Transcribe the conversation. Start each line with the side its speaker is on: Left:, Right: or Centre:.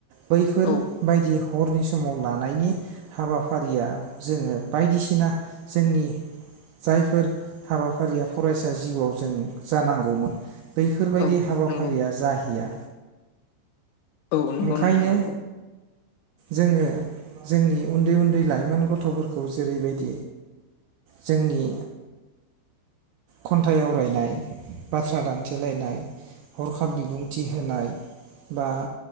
Right: बैफोर
Left: औ
Right: बायदि हरनि समाव लानायनि हाबाफारिया जोङो बायदिसिना जोंनि जायफोर हाबाफारिया फरायसा जिउआव जों जानांगौमोन बैफोरबायदि
Left: औ
Right: हाबाफारिया
Left: नंगौ
Right: जाहैया
Left: औ नंगौ
Right: ओंखायनो
Left: नोंथां नंगौ
Right: जोङो जोंनि उन्दै उन्दै लाइमोन गथफोरखौ जेरैबायदि जोंनि खन्थाइ आवरायनाय बाथ्रा दानथेलायनाय हरखाब बिबुंथि होनाय बा